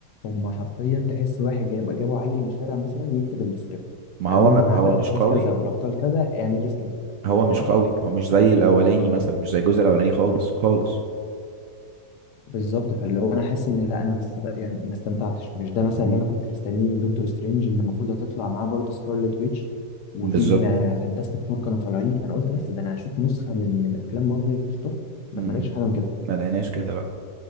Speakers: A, on the left (about 75°); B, on the right (about 70°).
A: هم حرفيا تحس واحد جايب جابوا عيل من الشارع مثلا يكتب السكريبت
B: ما
A: قالوا
B: هو
A: له انت
B: ما
A: معاك
B: هو
A: الابطال
B: مش قوي
A: كذا والابطال كذا اعمل لي سكريبت بقى
B: هو
A: فاهم
B: مش قوي هو مش زي الأولاني
A: اه
B: مثلا مش زي الجزء الأولاني خالص خالص
A: بالظبط فاللي هو انا حاسس ان لا انا ما مست... يعني ما استمتعتش مش ده مثلا
B: مم.
A: اللي انا كنت مستنيه من دكتور سترينج ان المفروض هتطلع معاه برضه سكارلت ويتش وفي
B: بالظبط
A: الفانتاستيك فور كانوا طالعين فانا قلت
B: مم.
A: بس ده انا هشوف نسخه من من افلام مارفل تحفه بس
B: مم.
A: ما لقيتش حاجه من كده
B: ما لقيناش كده لأ